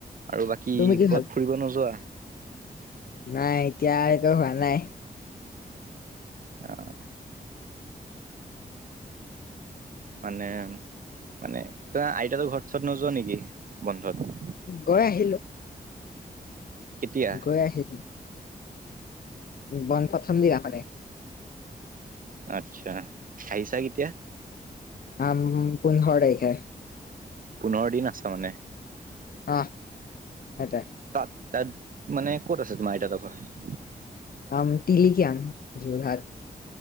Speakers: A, on the right; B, on the left.
A: আৰু বাকী
B: তুমি কি
A: কত
B: ভাল
A: ফুৰিব নোযোৱা
B: নাই এতিয়া একো হোৱা নাই।
A: অ'। মানে মানে তই আইতাতো ঘৰত চৰত নোযোৱা নেকি বন্ধত।
B: গৈ আহিলো।
A: কেতিয়া
B: গৈ আহিছো বন প্ৰথম দিনাখনে।
A: আত্ছা আহিছা কেতিয়া
B: আম পোন্ধৰ তাৰিখে।
A: পোন্ধৰ দিন আছে মানে।
B: অঁ, সেইটোৱে
A: তাত তাত মানে ক'ত আছে তোমাৰ আইতাহঁতৰ ঘৰ।
B: আম তিলিকীয়ান যোৰহাট।